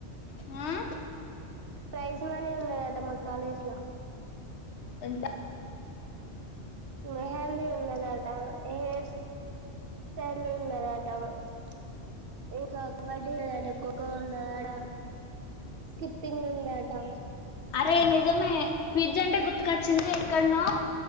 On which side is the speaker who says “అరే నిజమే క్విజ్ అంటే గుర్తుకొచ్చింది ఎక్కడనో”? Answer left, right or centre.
Left